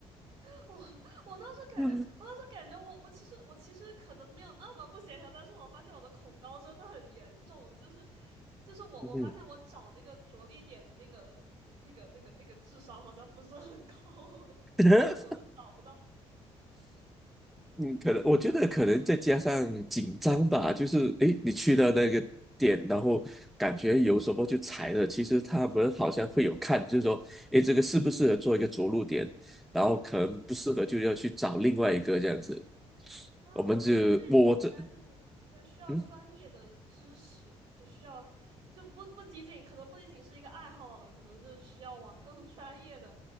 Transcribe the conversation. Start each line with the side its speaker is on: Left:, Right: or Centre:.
Right: <laughs> 我我当时感觉，
Centre: 嗯
Right: 我当时感觉我我其实我其实可能没有那么不协调，但是我发现我的恐高真的很严重，就是就是我我发现我找那个着力点的那个那个那个那个智商好像不是很高，
Centre: 嗯哼。
Right: <laughs>
Centre: <laughs>
Right: 我总是找不到。
Centre: 嗯，可能我觉得可能再加上紧张吧，就是诶，你去到那个点，
Right: 对，
Centre: 然后感觉有什么就踩了，其实他们好像会有看，就是说，诶，这个适不适合做一个着陆点，然后可能不适合就要去找另外一个这样子。
Right: 啊，
Centre: 我们就我这，
Right: 我觉得这种应该就是对需要专业的知识，
Centre: 嗯，
Right: 就需要，就不不仅仅可能不仅仅是一个爱好了，可能是需要往更 <laughs> 专业的